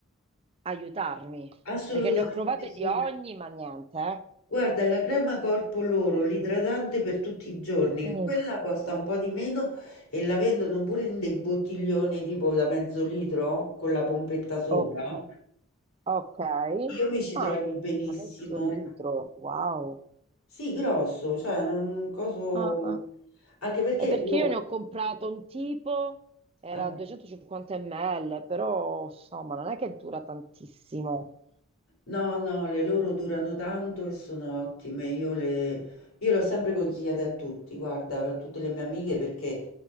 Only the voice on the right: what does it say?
aiutarmi?
Perché ne ho provate
di ogni, ma niente. eh.
Mm,
ok, ok.
Ah,
A mezzo litro, wow.
ah, ah.
È perché
io ne ho comprato un tipo, era
250 ml, però insomma non è che dura tantissimo.